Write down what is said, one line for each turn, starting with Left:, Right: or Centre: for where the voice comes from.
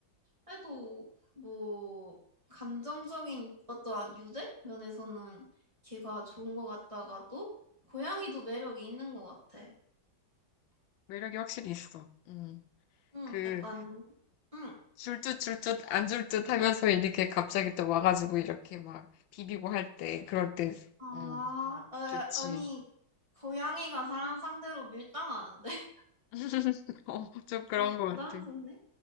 Right: 그래도 뭐 감정적인 어떠한 유대 면에서는 걔가 좋은 것 같다가도 고양이도 매력이 있는 것 같아.
Left: 매력이 확실히 있어. 음,
Right: 응,
Left: 그,
Right: 약간 응.
Left: 줄듯 줄듯 안 줄듯 하면서 이렇게 갑자기 또 와가지고 이렇게 막 비비고 할 때, 그럴 때,
Right: 아,
Left: 음,
Right: 어,
Left: 좋지.
Right: 아니 고양이가 사람 상대로 밀당하는데? <laughs>
Left: <laughs> 어, 좀 그런
Right: 아니 고단수인데?
Left: 것 같아.